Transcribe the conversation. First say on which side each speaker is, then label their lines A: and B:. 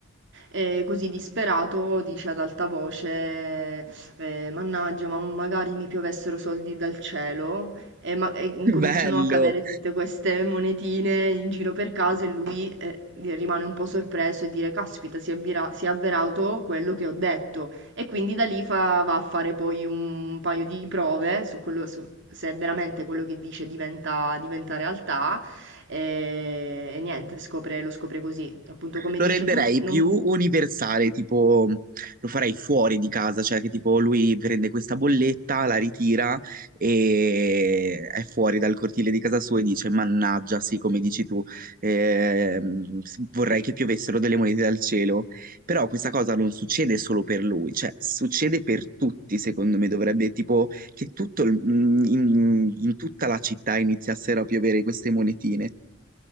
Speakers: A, on the right; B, on the right.
A: E così disperato dice ad alta voce, eh, mannaggia, ma magari mi piovessero soldi dal cielo, e, ma- e incominciano
B: <laughs> Bello!
A: a cadere tutte queste monetine in giro per casa e lui eh, rimane un po' sorpreso e dire, caspita, si, avvira- si è avverato quello che ho detto. E quindi da lì fa- va a fare poi un paio di prove su quello, su- se veramente quello che dice diventa, diventa realtà. E, e niente, scopre- lo scopre così. Appunto, come
B: lo
A: dici
B: renderei
A: tu, non,
B: più universale, tipo lo farei fuori di casa, cioè che tipo lui prende questa bolletta, la ritira e è fuori dal cortile di casa sua e dice: Mannaggia, sì, come dici tu, ehm, s- vorrei che piovessero delle monete dal cielo. Però questa cosa non succede solo per lui, cioè succede per tutti, secondo me, dovrebbe tipo che tutto il- mm, in in tutta la città iniziassero a piovere queste monetine.